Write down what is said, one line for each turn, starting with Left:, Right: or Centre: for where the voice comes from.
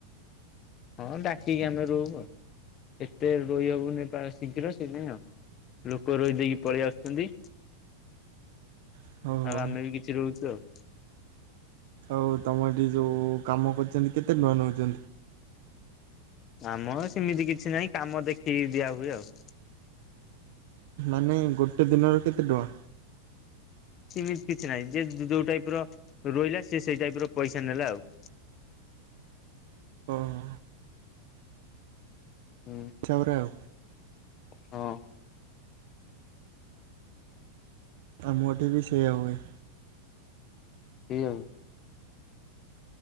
Left: ହଁ, ଡାକିକି ଆମେ ରୋଉ ଆଉ। ଏତେ ରୋଇ ହବନି ପ୍ରାୟ ଶୀଘ୍ର ସେଇଥିପାଇଁ ଆଉ। ଲୋକ ରୋଇ ଦେଇକି ପଳେଇ ଆସୁଛନ୍ତି।
Right: ହଉ। ହଉ।
Left: ଆଉ ଆମେ ବି କିଛି ରୋଉଚୁ ଆଉ।
Right: ଆଉ ତମ ଏଠି ଯୋଉ କାମ କରୁଛନ୍ତି କେତେ ଟଙ୍କା ନଉଛନ୍ତି।
Left: ଆମର ସେମିତି କିଛି ନାହିଁ, କାମ ଦେଖିକି ଦିଆ ହୁଏ ଆଉ।
Right: ମାନେ ଗୋଟେ ଦିନର କେତେ ଟଙ୍କା?
Left: ସେମିତି କିଛି ନାହିଁ, ଯିଏ ଯୋଉ ଟାଇପ୍ ର ରୋଇଲା ସିଏ ସେଇ ଟାଇପ୍ ର ପଇସା ନେଲା ଆଉ।
Right: ଓହୋ।
Left: ହୁଁ।
Right: ଯଛଉରାଉ
Left: ହଁ
Right: ଆମଏଠି ବି ସେଇଆ ହୁଏ।
Left: ସେଠିକ୍ା